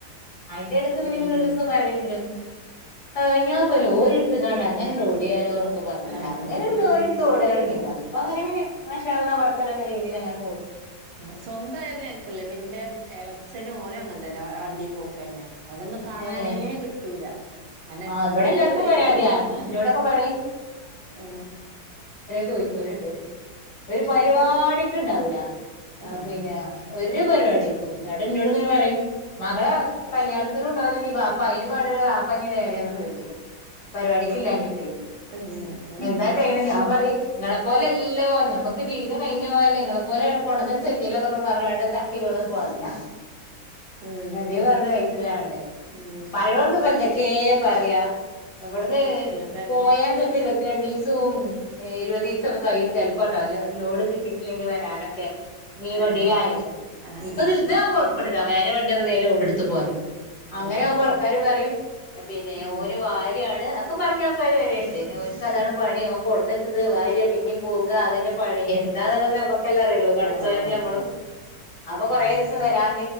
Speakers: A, on the left; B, on the right.
A: അതിന്റെ അട പിന്നെ
B: ആഹ്
A: ഇങ്ങനെ ഒരു ദിവസം പറഞ്ഞിട്ട്ക്ക്‌ണ് ആ ഞാൻ ലോറിയെടുത്ത് അങ്ങനെ ഓടിയാലോ എന്നൊക്കെ പറഞ്ഞാക്കാ
B: ആഹ്
A: ണ്ട് ലോറിടുത്ത്ഓടല തുടങ്ങിയത ഇപ്പം അങ്ങനെ അങ്ങനെ മാഷാ അള്ളാ കുഴപ്പമില്ലാത്ത രീതിയിൽ അങ്ങന
B: ആ സ്വന്തമായ തരക്കേടില്ല ഇന്റെ എളച്ചനും ഓനും അങ്ങന തന്നെ വണ്ടി പോക്കന്നെ ഓനൊന്നും കാണാനേ
A: ഏഹ്
B: കിട്ടൂല അന
A: ആഹ്
B: എപ്പളും
A: ഇവിടെ എല്ലാർക്കും
B: ഒഴിക്കോ
A: പരാതിയാ
B: ആ
A: എന്നോടൊക്കെ പറയും
B: ആ
A: ചോദിക്കലണ്ട് ഒരു പരിപാടിക്കുണ്ടാവൂല
B: ആഹ്
A: പിന്നെ ഒരു പരിപാടിക്കും ട്ട എന്നന്നോട് ഇങ്ങനെ പറയും മകള കല്യാണത്തിനും ഉണ്ടാവില്ലെീ പാപ്പങ്ങി വേറെന്നൊക്കെ ചോദിക്കു പരിപാടിക്ക് ഇില്ലഞ്ഞിട്ടേ
B: ആഹ്
A: എന്താ ചെയഴണ ഞാൻ പറ നിങ്ങളെ പോലെല്ലോ ഞമ്മക്ക് ജീവിതം കഴഞ്ഞ പോാല്ലെങ്ങളെ പോലെ കൊണ്ടന്ന ച്യല്ല എന്നൊക്കെ പറഞ്ഞട്ട് തട്ടി വ പോില്ല
B: ആഹ്
A: എന്ത പറഞ്ഞ ക സിലാവൂണ്ട്
B: ആഹ്
A: പറയവർക്ക ഇപ്പ എന്തൊ ഏ പറയാ ഇവടെന്നു
B: അതന്നെ
A: പോയാ ചെലപ്പോ ഇരുപത്തിരേണ്ടേച് സും ഇരുപദിവസം ഒക്കെ കഴിയും ചിലപ്പോപ്പട്ടോ അ ലോഡ് കിട്ടിട്ടില്ലെങ്കിൽ വരാനൊക്കെ മീൻവണ്ടിയില
B: ഏഹ്
A: ആയന്ന
B: ആഹ്
A: ഇപ്പൊ
B: ആഹ്
A: ഇത് ഇതാുമ്പോഴപ്പ തവാന വണ്ടിന്ന് വേല ഓടെ എടുത്ത പോരാ അങ്ങനെ
B: ആഹ്
A: ആകുമ്പോ ആൾക്കാര് പറയും പിന്നെ
B: ഉം
A: ഓ വാര്യാണ് ഒക്കെ പറഞ്ഞ ആൾക്കാാര് വരുണ്ട് എനക്ക്താണ് പണി ക്ക് കൊടന്നച്ചത് ഭാര്യ പിന്നെയും പോവുക അതന്നെ പണ എന്താന്നുള്ള പ എക്കല്ലാം അറിയുള്ളൂ പടച്ചഞമ്മള്
B: ആഹ്
A: അപ്പൊ കൊറേ
B: ആഹ്
A: ദിവസം
B: അതന്നെ
A: വരാ